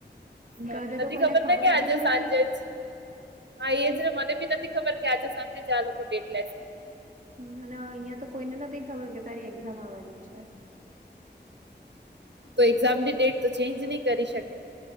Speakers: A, on the right; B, on the right.
A: મને
B: ઘરે તો
A: નથી
B: કોઈને
A: ખબર ને કે આજે
B: બી નથી
A: સાંજે જ હા એજ ને મને બી નથી ખબર. કે આજે સાંજે જ આ લોકો ડેટ લેશે.
B: હ અને અહિયાં તો કોઈને નથી ખબર કે તારી એક્ઝામ આવવાની છે.
A: તો એક્ઝામની ડેટ તો ચેન્જ નહી કરી શકે.